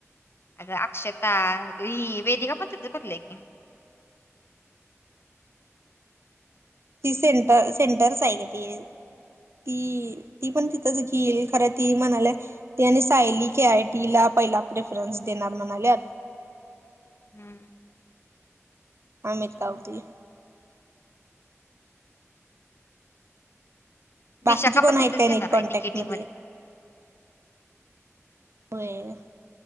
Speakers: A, on the left; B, on the right.
A: अग अक्षता, अग ही वेदिका पण तिथंच भरल्या की.
B: ती सेंटर, सेंटरच हाय ग ती. ती, ती पण तिथंच घेईल खर ती म्हणाल्या ती आणि सायली के. आय. टी. ला पहिला प्रेफरन्स देणार म्हणाल्यात
A: हम्म.
B: अमित काऊती. बाकीचे
A: विशाखा
B: कोण
A: पण
B: आहेत
A: तिथेच
B: काय
A: घेणार
B: नाहीत, कॉन्टॅक्ट
A: आहे डीकेटी
B: मध्ये होय,